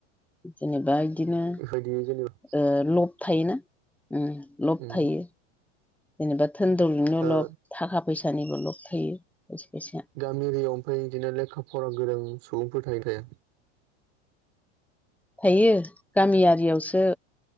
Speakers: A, in the centre; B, on the right (about 55°).
A: जेनेबा बिदिनो
B: बेबायदि जेनेबा
A: ओ लब थायोना उम लब
B: उम
A: थायो जेनेबा धोनदौलदनि
B: ओ
A: लब थाखा फैसानिबो लब थायो खायसे खायसाया
B: गामि एरियायाव ओमफ्राय बिदिनो लेखा फरा गोरों सुबुंफोर थायो थाया?
A: थायो गामियारियावसो